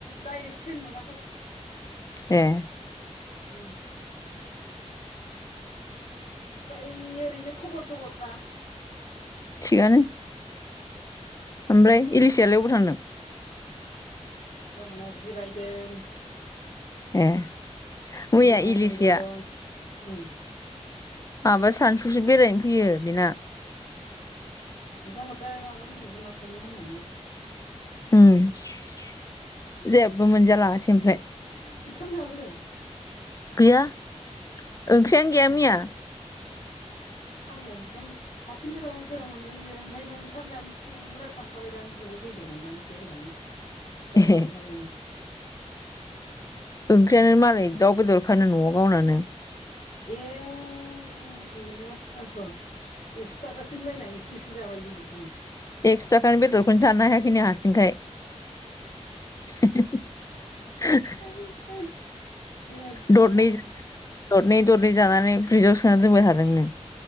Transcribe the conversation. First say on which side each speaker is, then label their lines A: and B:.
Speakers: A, on the left; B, on the left.
A: डाइरेक्ट ट्रेन मोनाखै
B: ए-
A: उम ओमफ्राय ओरैनो खबर सबरफ्रा
B: थिगआनो। ओमफ्राय इलिसियालाय अबाव थांदों
A: सा मोनहा जिरायदों
B: ए मैया
A: बलिमा
B: इलिसिया
A: मोनबो दं उम-
B: माबा सानसुसो बेरायनो फैयो बेना
A: खिन्थाहरदों आब' रिजबनाव थांनो होननानै
B: उम- जेबो मोनजालाङासै ओमफ्राय
A: ओंखाम जाबोदों
B: गैया ओंख्रियानो
A: उम
B: गैया मैया
A: आंलाय <unintelligible> ओंखामनो हारसिं गोदाव सोराव बे ओंखायनो ओंखाम जानो फुरा थांखाबायदां बिब' फैदोंमोनदांसो होननानै बिफानो
B: ए
A: खोन्थाबाय आं
B: ओंख्रियानो
A: आं
B: मालाय दाउ बेदरखानो न'आव गावनानो
A: ए- ए- बिराद आसल एक्स' थाखासोनि बायना एसे एसे जाबाय बे बेखौनो
B: एक्स' थाखानि बेदरखौनो जानो हायाखैनो हारसिंखाय <unintelligible>
A: ाय <unintelligible>
B: दरनै दरनै दरनै जानानै ब्रिजआव सोना दोनबाय हादोंनो